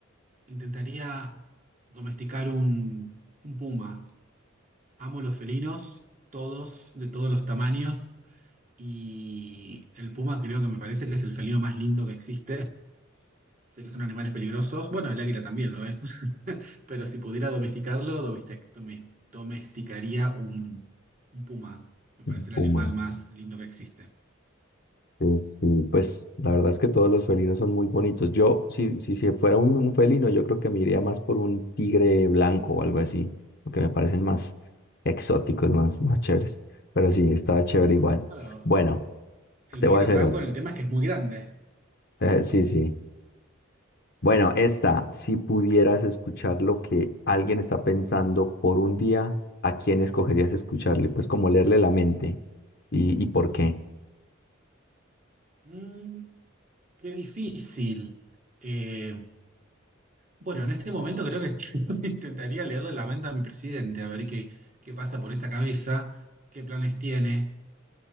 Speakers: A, on the right (about 35°); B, on the left (about 50°).
A: intentaría domesticar un, un puma. Amo los felinos, todos, de todos los tamaños, y el puma creo que me parece que es el felino más lindo que existe. Sé que son animales peligrosos. Bueno, el águila también lo es. <laughs> Pero si pudiera domesticarlo, domestic- domes- domesticaría un, un puma. Me parece
B: Un
A: el
B: Puma.
A: animal más lindo que existe.
B: Sí, sí, pues la verdad es que todos los felinos son muy bonitos. Yo, si, si, si fuera un, un felino, yo creo que me iría más por un tigre blanco o algo así, porque me parecen más exóticos, más, más chéveres. Pero sí, estaba chévere igual.
A: Claro,
B: Bueno,
A: el
B: te
A: tigre
B: voy a hacer
A: blanco,
B: otra.
A: el tema es que es muy grande.
B: <laughs> sí, sí. Bueno, esta, si pudieras escuchar lo que alguien está pensando por un día, ¿a quién escogerías escucharle? Pues como leerle la mente y, y por qué.
A: Mm, qué difícil. Eh, bueno, en este momento creo que <laughs> intentaría leerle la mente a mi presidente, a ver qué, qué pasa por esa cabeza, qué planes tiene,